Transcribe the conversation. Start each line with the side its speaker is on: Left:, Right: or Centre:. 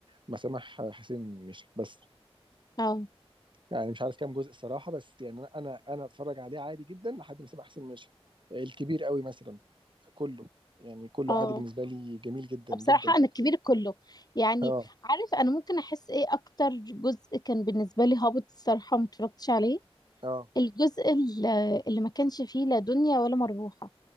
Right: ما سامح حسين مشى بس
Left: اه
Right: يعني مش عارف كام جزء الصراحه بس يعني انا انا أنا اتفرج عليه عادي جدا لحد ما سامح حسين مشى الكبير قوي مثلا كله يعني كله
Left: اه
Right: عادي بالنسبه لي جميل جدا جدا
Left: بصراحة انا الكبير كله يعني
Right: اه
Left: عارف انا ممكن احس ايه اكتر جزء كان بالنسبة لي هابط الصراحة وما اتفرجتش عليه
Right: اه
Left: الجزء ال- اللي ما كانش فيه لا دنيا ولا مربوحة